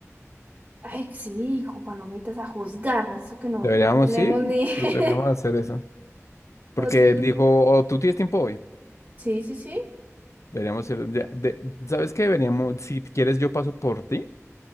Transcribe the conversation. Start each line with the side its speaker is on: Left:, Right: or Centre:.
Right: Ay, sí, con palomitas a juzgar, eso que nosotros
Left: Deberíamos,
Right: no tenemos
Left: sí,
Right: ni. <laughs>
Left: deberíamos hacer eso. Porque
Right: Otro.
Left: él dijo, oh, tú tienes tiempo hoy.
Right: Sí, sí, sí.
Left: Deberíamos ir, ya- de- ¿sabes qué? Deberíamos, si quieres, yo paso por ti